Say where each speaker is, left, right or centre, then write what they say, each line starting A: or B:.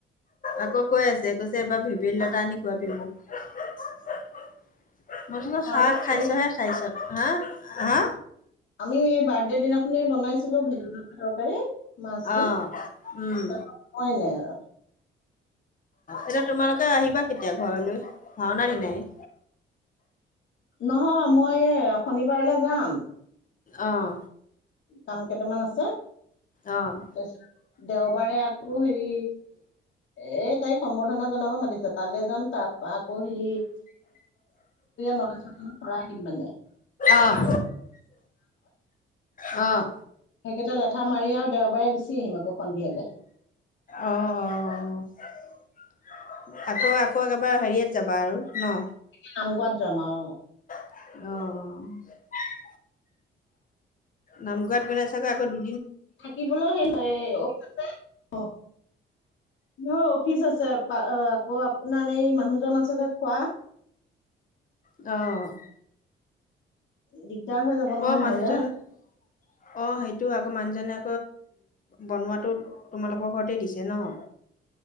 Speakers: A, on the left; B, on the left.
A: আকৌ কৈ আছে কৈছে এবাৰ ভেবেলী লতা আনি খোৱাবি মোক। মই কৈছো খাইছে
B: অ
A: শাক
B: আমি
A: খাইছহে খাইছ হা হা।
B: আমিও এই বাৰ্থডে দিনাখনে বনাইছিলো ভেদলতা তৰকাৰী। মাছ দি,
A: অ'। উম,
B: তাৰপৰা খোৱাই নাই আৰু।
A: এতিয়া তোমালোকে আহিবা কেতিয়া ঘৰলৈ ভাওনা দিনাই?
B: নহয় মই শনিবাৰলৈ যাম
A: অহ
B: কাম কেইটামান আছে
A: অ',
B: ত 'দেওবাৰে আকৌ হেৰি এ তাই সম্বোৰ্ধনা জনাব মাতিছে। তালে যাম। তাৰ পৰা আকৌ হেৰি নলেজৰত ভৰাই দিম মানে
A: অহ - অহ
B: এইকেইটা লেঠা-মাৰি আৰু দেওবাৰে গুচি আহিম আকৌ সন্ধিয়ালে।
A: অহ -অহ -অহ আকৌ - আকৌ একেবাৰ হেৰি ইয়াত যাবা আৰু, ন'?
B: নামগোৱাত যাম আও।
A: অ'। নামগোৱাত গ'লে চাগৈ আকৌ দু
B: থাকিবলৈ সে <unintelligible> অফিচ আছে আকৌ আপোনাৰ এই মানুহজন আছে যে খোৱা
A: অ'।
B: <unintelligible> নহয়
A: অ'
B: নহ'লে
A: মানুহজন- অ' সেইটো আকৌ মানুহজনে বনোৱাটো তোমালোকৰ ঘৰতে দিছে ন'?